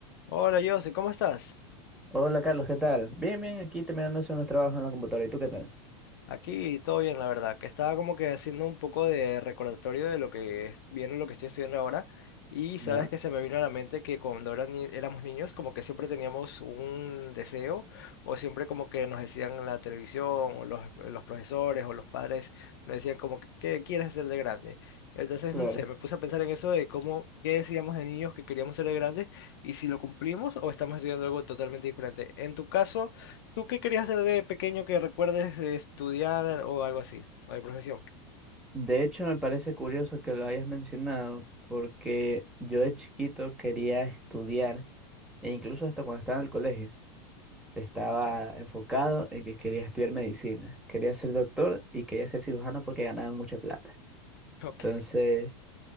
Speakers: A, on the left; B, in the centre.
A: Hola José, ¿cómo estás?
B: Hola Carlos, ¿qué tal? Bien, bien, aquí terminando de hacer unos trabajos en la computadora. ¿Y tú qué tal?
A: Aquí todo bien, la verdad, que estaba como que haciendo un poco de recordatorio de lo que es- viene lo que estoy estudiando ahora y sabes
B: ¿Ya?
A: que se me vino a la mente que cuando eran ni- éramos niños como que siempre teníamos un deseo o siempre como que nos decían en la televisión o los, los profesores o los padres nos decían como que ¿qué quieres hacer de grande? Entonces,
B: Claro.
A: no sé, me puse a pensar en eso de cómo, qué decíamos de niños que queríamos ser de grandes y si lo cumplimos o estamos estudiando algo totalmente diferente. En tu caso... ¿Tú qué querías hacer de pequeño que recuerdes de estudiar o algo así? ¿O de profesión?
B: De hecho, me parece curioso que lo hayas mencionado porque yo de chiquito quería estudiar e incluso hasta cuando estaba en el colegio estaba
A: Ya,
B: enfocado en que quería estudiar medicina. Quería ser doctor y quería ser cirujano porque ganaban mucha plata.
A: ok.
B: Entonces,